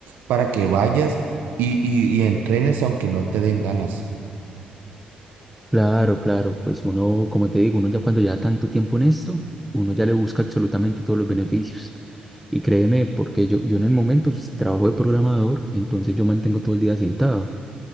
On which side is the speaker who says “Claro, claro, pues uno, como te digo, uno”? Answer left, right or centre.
Centre